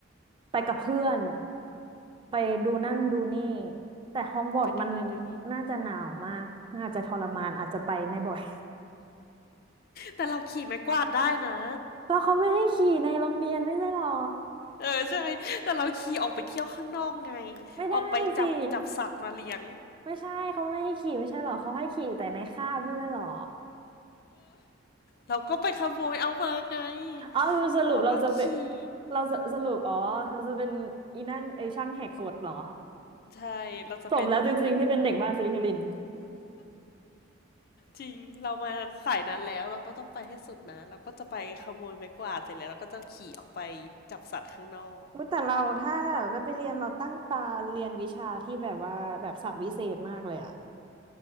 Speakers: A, on the right (about 25°); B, on the left (about 50°).
A: ไปกับเพื่อน ไปดูนั่นดูนี่แต่ฮอกวอตส์มัน
B: ไปดูนั่นดูนี่
A: น่าจะหนาวมากอาจจะทรมานอาจจะไปไม่บ่อย
B: แต่เราขี่ไม้กวาดได้นะ
A: <laughs> แล้วเขาไม่ให้ขี่ในโรงเรียนไม่ใช่หรอ
B: เออใช่แต่เราขี่ออกไปเที่ยวข้างนอกไง
A: ไม่ได้สิ
B: ออกไปจับจับสัตว์มาเลี้ยง
A: ไม่ใช่เขาไม่ให้ขี่ไม่ใช่หรอเขาให้ขี่แต่ในคาบไม่ใช่หรอ
B: เราก็ไปขโมยเอามาไง
A: อ๋อสรุปเราจะเป็น
B: แล้วเราก็ขี่
A: เราจะสรุปอ๋อเราจะเป็นอีนั่นไอช่างแหกกฎเหรอ
B: ใช่เราจะเป็นเหมือน
A: สมแล้วจริงๆที่เป็นเด็กบ้านสิลิคิลิน
B: จริงเรามาสายนั้นแล้วเราก็ต้องไปให้สุดนะ เราก็จะไปขโมยไม้กวาดเสร็จแล้วเราก็จะขี่ออกไปจับสัตว์ข้างนอก
A: อุ๊ยแต่เราถ้าแบบได้ไปเรียนเราตั้งตาเรียนวิชาที่แบบว่าแบบศาสตร์วิเศษมากเลยอะ